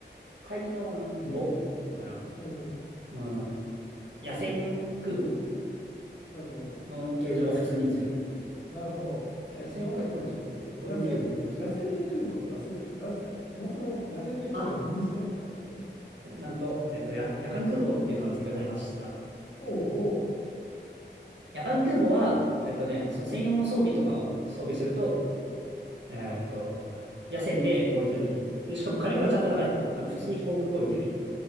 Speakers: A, on the right; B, on the left.
A: 海二のあの、母かな
B: うん、
A: のあの、野戦空母
B: うん、うん。
A: の形状が普通に強い。
B: なるほど。えっと、
A: 野戦火力は結構攻撃力に影響する。
B: 野戦野戦で空母って出せ、出したっけそもそも野戦って空母何もしないんじゃなかったっけ
A: あ、なんと、えっと、や夜間空母っていうのが追加されました。
B: ほうほ
A: 夜間空母は、えっとね、その専用の装備とかを装備すると、えっと、夜戦で攻撃ができる。で、しかも火力がちゃんと高い。
B: う。なるほど。
A: あの、普通に航空攻撃ができる。